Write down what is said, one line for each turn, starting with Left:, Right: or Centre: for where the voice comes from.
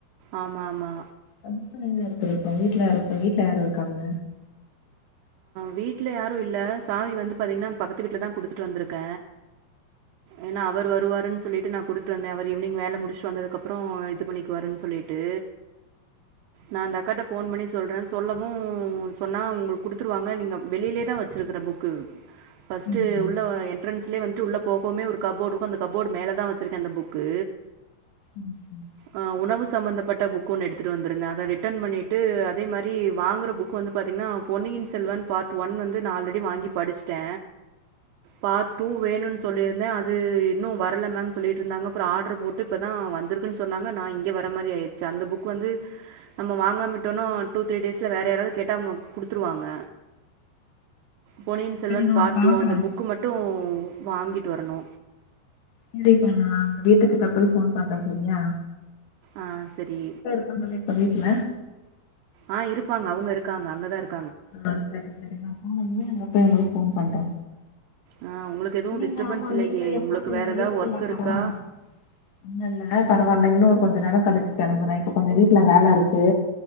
Right: ஆமா ஆமா
Left: அதுப்ப எங்க இருக்குரப்ப வீட்ல யா இருப்பா வீட்ல யாரு இருக்காங்க
Right: வீட்ல யாரு இல்ல சாவி வந்து பாத்தீங்னா அங்க பக்கத்து வீட்ல தா குடுத்துட்டு வந்துருக்க ஏனா அவரு வருவானு சொல்லிட்டு நா குடுத்துட்டு வந்த அவர் ஈவினிங் வேல முடிச்சுட்டு வந்ததுக்கப்ரோ இது பண்ணிக்குவாருன்னு சொல்லிட்டு நா அந்த அக்காட்ட போன் பண்ணி சொல்ற சொல்லவு சொன்னா உங்ளுக் குடுத்துருவாங்க நீங்க வெளிலே தா வச்சிருக்க புக்கு ஃபர்ஸ்ட்
Left: சரிக்கா,
Right: உள்ள வா எண் என்ட்ரன்ஸ்லேயே வந்துட்டு உள்ள போபோமே ஒரு கபோர்டு இருக்கு அந்த கப்போர்டு மேல தா வச்சிருக்க அந்த புக்கு
Left: ம் ம்
Right: ஆ உணவு சம்மந்தப்பட்ட புக்கு ஒன்னு எடுத்துகிட்டு வந்திருந்தேன்ஷஷ அதை ரிட்டர்ன் பண்ணிட்டு அதே மாதிரி வாங்குற வந்து பாத்தீங்கன்னா பொன்னியின் செல்வன் பார்ட் ஒன் வந்து நா ஆல்ரெடி வாங்கி படிச்சிட்ட பாட் டூ வேணுன்னு சொல்லியிருந்த அது இன்னு வரல மேம்னு சொல்லிட்டு இருந்தாங்க அப்ரோ ஆர்டர் போட் இப்பதா வந்திருக்குன்னு சொன்னாங்க நா இங்க வற மாரி ஆயிடுச்சி அந்த புக் வந்து நம்ம வாங்காமிட்டோனா டூ த்ரீ டேஸ்ல வேற யாராவது கேட்டாங்கம் குடுத்துருவாங்க பொன்னியின் செல்வன்
Left: சரி நா
Right: பார்ட்
Left: பாக்குறே
Right: டூ அந்த புக் மட் ட்டு வாங்கிட்டு வரணு
Left: சரிக்கா நா அங்க வீட்டுக்குகிட்ட போய் ஃபோன் பண்ற சரியா
Right: ஆ சரி
Left: <unintelligible> இப்ப வீட்ல
Right: ஆ இருப்பாங்க அவுங்க இருக்காங்க அங்கதா இரு
Left: ஆ சரி சரி நா போனதுமே அங்க போய் உங்களுக்கு ஃபோன் பண்ற
Right: ஆ உங்களுக்கு எதுவும்
Left: நீங்க
Right: டிஸ்டர்பன்ஸ்
Left: ஆமா
Right: இல்லையே
Left: நீங்க எப்போ
Right: உங்களுக்கு
Left: சேந்தீங்க
Right: வேறு ஏதாவது
Left: இல்லெல்ல
Right: ஒர்க் இருக்கா
Left: பரவால்ல இன்ன இல்ல பரவால்ல இன்னு ஒரு கொஞ்சோ நேரோ கழிச்சு கிளம்புறே இப்ப கொஞ்சோ வீட்ல வேலை இருக்கு